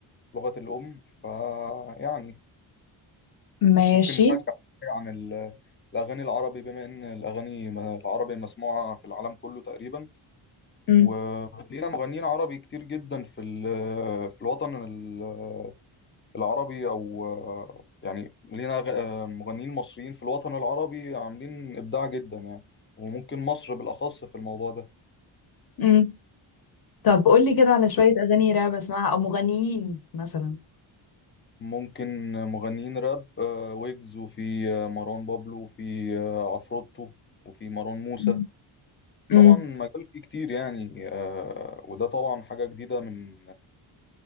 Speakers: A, on the left; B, on the left.
A: لغة الأم فيعني
B: ماشي
A: ممكن نشجع عن ال- الأغاني العربي بما إن الأغاني م- العربي مسموعة في العالم كله تقريبا
B: مم.
A: ولينا مغنيين عربي كتير جدا في ال- في الوطن ال- العربي أو يعني لينا غ- مغنيين مصريين في الوطن العربي عاملين إبداع جدا يعني وممكن مصر بالأخص في الموضوع ده
B: مم. طب قولي كده على شويه اغاني راب اسمعها او مغنيين مثلا
A: ممكن مغنيين راب آه، ويجز وفي آه، مروان بابلو وفي آه، عفروتو وفي مروان موسى
B: مم. مم.
A: طبعا مجال فيه كتير يعني آه، وده طبعا حاجة جديدة من